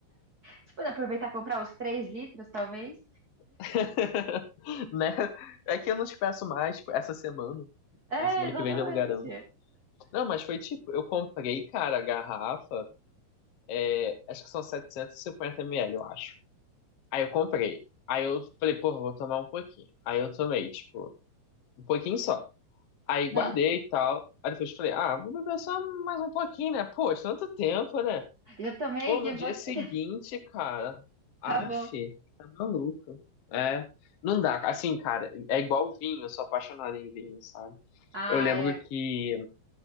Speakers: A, on the right; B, on the left.
A: Você pode aproveitar e comprar os três litros, talvez?
B: <laughs> Né? É que eu não te peço mais, tipo, essa semana.
A: É,
B: Na semana
A: exatamente.
B: que vem já não garanto. Não, mas foi tipo, eu comprei, cara, a garrafa. é, acho que são 750 ml, eu acho. Aí eu comprei. Aí eu falei, pô, vou tomar um pouquinho. Aí eu tomei, tipo, um pouquinho só. Aí guardei
A: Ah,
B: e tal. Aí depois eu falei, ah, vou beber só mais um pouquinho, né? Pô, tanto tempo, né?
A: eu tomei
B: Pô,
A: que
B: no
A: um
B: dia
A: pouquinho.
B: seguinte, cara. Aff,
A: Acabou.
B: tá maluco. É, não dá. Assim, cara, é igual vinho, eu sou apaixonado em vinho, sabe?
A: Ah,
B: Eu lembro
A: é.
B: que.